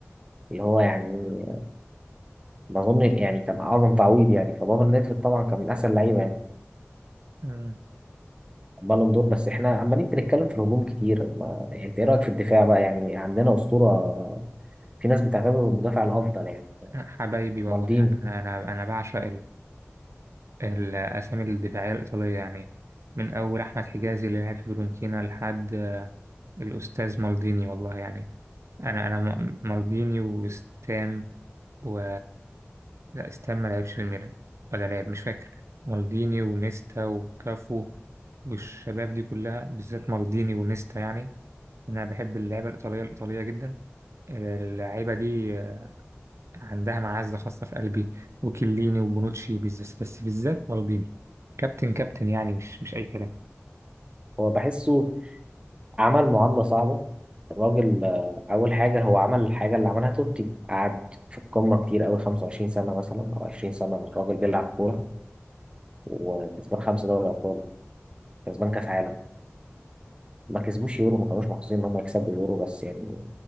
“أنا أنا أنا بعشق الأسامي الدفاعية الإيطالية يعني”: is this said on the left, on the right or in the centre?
Right